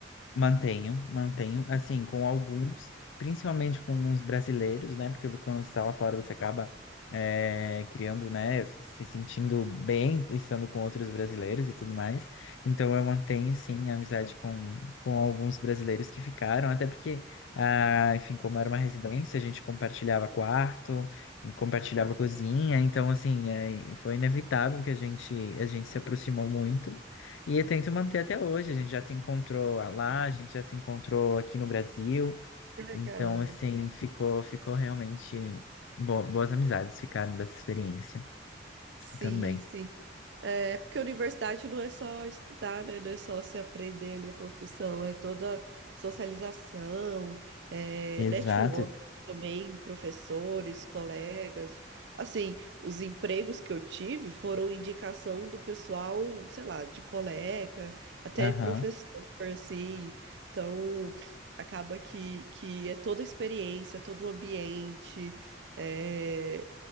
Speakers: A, on the left; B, on the right.
A: Mantenho, mantenho, assim, com alguns, principalmente com os brasileiros, né? Porque quando você está lá fora, você acaba eh, criando, né? Se sentindo bem, estando com outros brasileiros e tudo mais. Então, eu mantenho, sim, a amizade com, com alguns brasileiros que ficaram, até porque, ah, enfim, como era uma residência, a gente compartilhava quarto, e compartilhava cozinha, então, assim, eh, foi inevitável que a gente, a gente se aproximou muito. E eu tento manter até hoje. A gente já se encontrou lá, a gente já se encontrou aqui no Brasil.
B: Que Legal.
A: Então, assim, ficou, ficou realmente bo- boas amizades ficaram dessa experiência
B: Sim,
A: também.
B: sim. É, porque a universidade não é só estudar, né? Não é só se aprender ali a profissão, é toda socialização, é,
A: Exato.
B: network também, professores, colegas. Assim, os empregos que eu tive foram indicação do pessoal, sei lá, de colega, até
A: Aham,
B: professor, assim. Então, acaba que, que é toda a experiência, todo o ambiente. É,